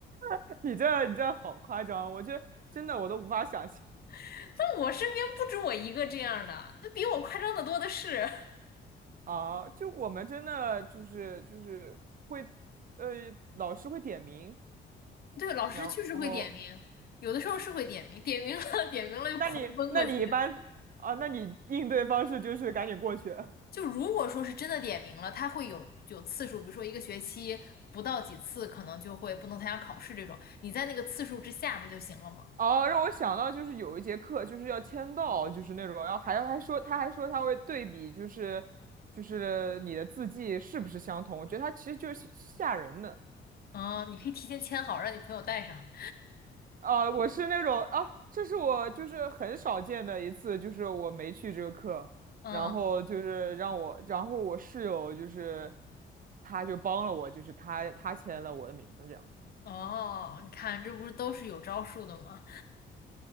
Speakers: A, on the right (about 45°); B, on the left (about 50°).
A: <laughs> 你这你这好夸张，我这真的我都无法想象
B: <laughs> 那我身边不止我一个这样的，那比我夸张的多的是。<laughs>
A: 啊！就我们真的就是就是会，呃，老师会点名，
B: 对，老师确实会点名，
A: 然后
B: 有的时候是会点名，点名了 <laughs> 点名了就狂奔过去。
A: 那你那你一般啊，那你应对方式就是赶紧过去。<laughs>
B: 就如果说是真的点名了，他会有有次数，比如说一个学期不到几次，可能就会不能参加考试这种，你在那个次数之下不就行了吗？
A: 哦，让我想到就是有一节课就是要签到，就是那种，然后还要还说他还说他会对比，就是就是你的字迹是不是相同？我觉得他其实就是吓人的。
B: 哦，你可以提前签好，让你朋友带上。
A: 啊，我是那种啊，这是我就是很少见的一次，就是我没去这个课，
B: 嗯，
A: 然后就是让我，然后我室友就是他就帮了我，就是他他签了我的名字这样。
B: 哦，你看，这不是都是有招数的吗？